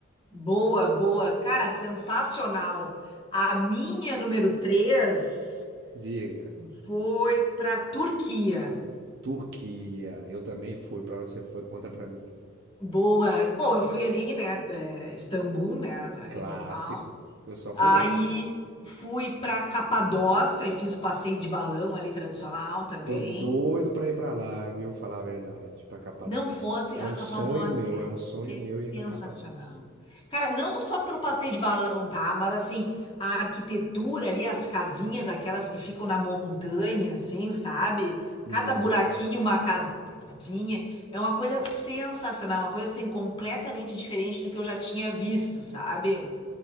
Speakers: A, on the left; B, on the right.
A: Boa, boa. Cara, sensacional. A minha número 3
B: Diga,
A: foi para Turquia.
B: Turquia. Eu também fui. Pra onde você foi? Conta pra mim.
A: Boa. Bom, eu fui ali, né? eh, Istambul, né? Ali
B: Clássico.
A: normal.
B: Eu só fui
A: Aí
B: lá.
A: fui para Capadócia e fiz o passeio de balão ali tradicional também.
B: Tô doido pra ir pra lá, viu? Falar a verdade, pra Capadócia.
A: Não fosse,
B: É
A: a
B: um
A: Capadócia
B: sonho meu, é um sonho
A: é
B: meu
A: sensacional.
B: ir na Capadócia.
A: Cara, não só pelo passeio de balão, tá? Mas assim, a arquitetura ali, as casinhas, aquelas que ficam na montanha, assim, sabe?
B: Nossa,
A: Cada buraquinho uma casinha. É uma coisa sensacional, uma coisa assim completamente diferente do que eu já tinha visto, sabe?